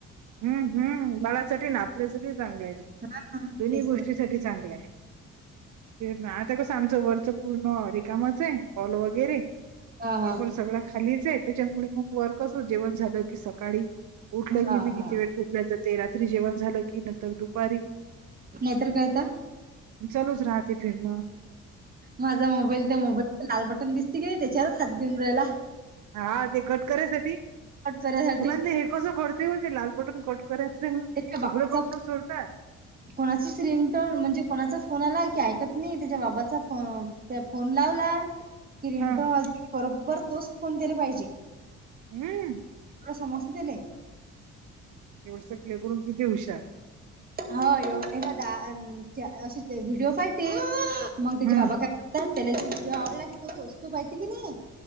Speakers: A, on the right; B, on the right.
A: हम् हम्. बाळासाठी ना आपल्यासाठी चांगलं आहे. ते
B: हा हा
A: दोन्ही
B: तेच
A: गोष्टीसाठी
B: ना.
A: चांगलं आहे. ये नाय आत्ता कसं आमचं, वरचं पूर्ण रिकामच आहे हॉल वगैरे.
B: हा
A: वापर
B: हा
A: सगळा खालीच आहे, त्याच्यामुळे मग वर कस जेवण झालं की स सकाळी उठलं की
B: हा
A: बी
B: हा
A: किती, वेळ ते रात्री जेवण झालं की नंतर दुपारी.
B: नाही तर काय आता.
A: मग चालूच राहते. फिरणं
B: माझा मोबाईल त्या मोबाईलच लाल बटन दिसते की नाही त्याच्यावरच हात देऊन राहिला.
A: हा ते कट करायसाठी,
B: कट करायसाठी
A: मुलांना हे कसं कळत. तेव ते लाल बटन कट करायच,
B: त्याच्या
A: सगळे
B: बाबाचा
A: बटन सोडतात.
B: कोणाचीच रिंगटोन म्हणजे, कोणाचा फोन आला की, ऐकत नाही त्याच्या बाबाचा फोन, फोन लावला. कि रिंगटोन
A: हा
B: वाजली की, बरोबर तोच फोन तेला पाहिजे.
A: हम्म.
B: र समस्त तिले.
A: एवढ सकले करून किती हुशार.
B: ह एदा अस व्हिडिओ पाहिते, मग त्यांचे
A: हं,
B: बाबा काय. त्याला आवडला की तो तोस्तो पाहितीे की नाही